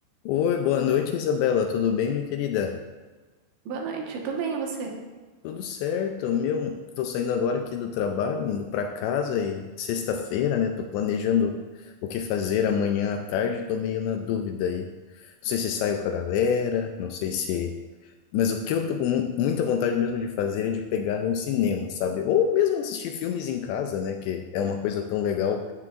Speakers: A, on the left; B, on the right.
A: Oi, boa noite, Isabela. Tudo bem, minha querida?
B: Boa noite, eu tô bem, e você?
A: Tudo certo. Meu, tô saindo agora aqui do trabalho, indo para casa e sexta-feira, né? Tô planejando o que fazer amanhã à tarde, tô meio na dúvida aí. Não sei se saio com a galera, não sei se, mas o que eu tô com mu- muita vontade mesmo de fazer é de pegar um cinema, sabe? Ou mesmo assistir filmes em casa, né, que é uma coisa tão legal.